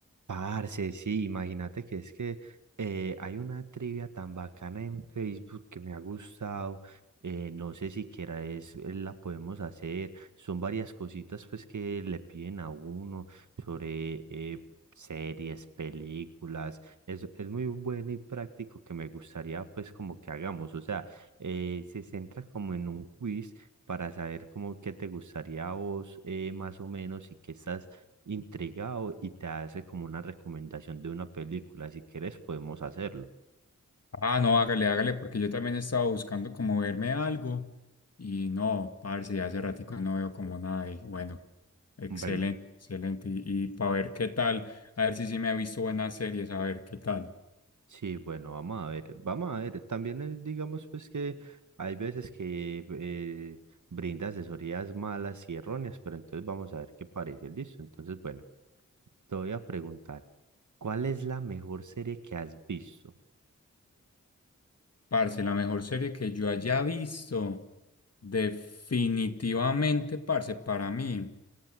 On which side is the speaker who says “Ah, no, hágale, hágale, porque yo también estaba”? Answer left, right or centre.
Left